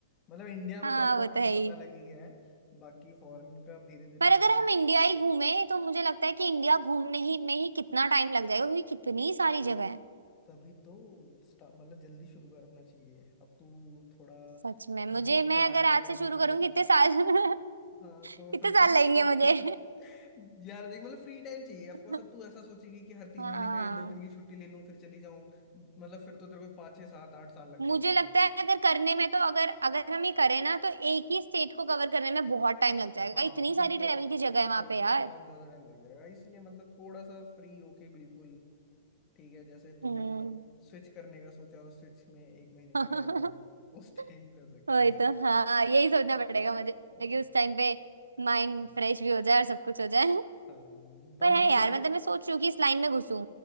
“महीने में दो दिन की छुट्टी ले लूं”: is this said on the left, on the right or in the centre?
Left